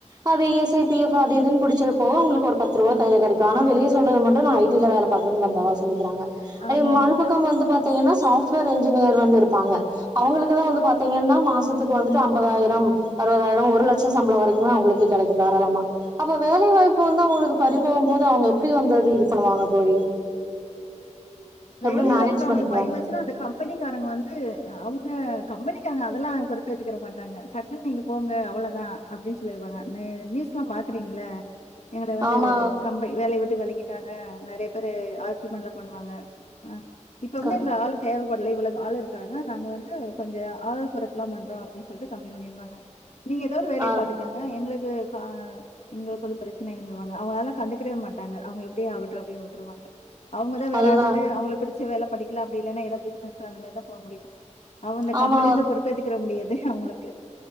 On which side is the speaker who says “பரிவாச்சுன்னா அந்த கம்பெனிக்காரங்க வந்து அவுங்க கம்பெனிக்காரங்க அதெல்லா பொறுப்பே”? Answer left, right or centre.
Left